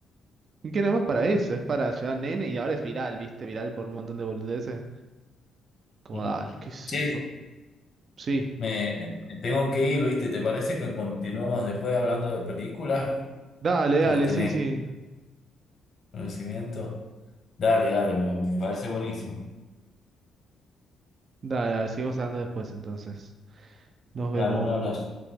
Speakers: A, on the right (about 50°); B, on the left (about 55°).
A: ¿Y qué no es más para eso? Es para llevar nene y ahora es viral, ¿viste? Viral por un montón de boludeces. Como
B: Ujú.
A: dale, qué sé
B: Che,
A: yo. Sí.
B: me, me tengo que ir, ¿viste? ¿Te parece que continuemos después hablando de películas
A: Dale, dale,
B: que vos tenés
A: sí, sí.
B: conocimiento? Dale, dale, me me parece buenísimo.
A: Dale, dale, seguimos hablando después entonces. Nos vemos.
B: Dale, un abrazo.